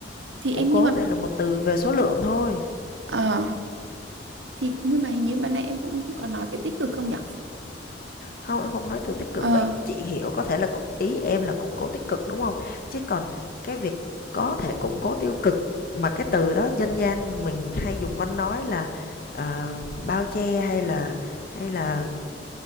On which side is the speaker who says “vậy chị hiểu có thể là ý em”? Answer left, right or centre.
Left